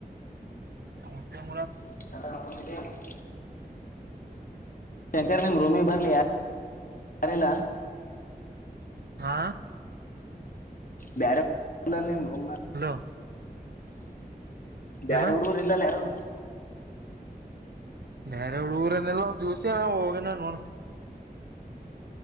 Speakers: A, on the right; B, on the left.
A: ಹೌ
B: ಎಡರ್ ಶಂಕರ್ ನಿಮ್ ರೂಮಿ ಬರ್ಲಿ ಯ ಯಾರಿಲ್ಲ
A: ಹಾ
B: ಬಾರ ಬೋ
A: ಹಲೋ
B: ಬೇರೆ
A: ಏನ
B: ಎಡುರು ಇಲ್ಲಲ್ಲ ಯಾರೋ
A: ನೇರೆಡು ಊರನ್ನೆಲ್ಲ ಜೂಸ ಹೋಗನ ನೋಡ